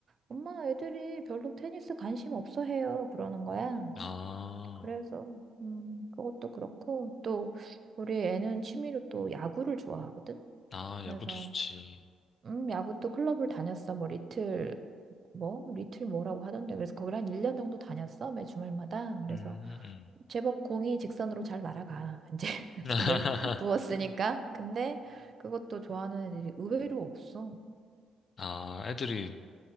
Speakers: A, on the right (about 45°); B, on the left (about 45°).
A: 엄마 애들이 별로 테니스 관심 없어 해요. 그러는 거야.
B: 아,
A: 그래서 음 그것도 그렇고 또 우리 애는 취미로 또 야구를 좋아하거든.
B: 아,
A: 그래서
B: 야구도 좋지.
A: 음, 야구도 클럽을 다녔어. 뭐 리틀 뭐 리틀 뭐라고 하던데. 그래서 거기를 한 1년 정도 다녔어. 매 주말마다. 그래서
B: 음, 음.
A: 제법 공이 직선으로 잘 날아가. 이제 <laughs>
B: <laughs>
A: 돈을 <laughs> 부었으니까. 근데 그것도 좋아하는 애들이 의외로 없어.
B: 아, 애들이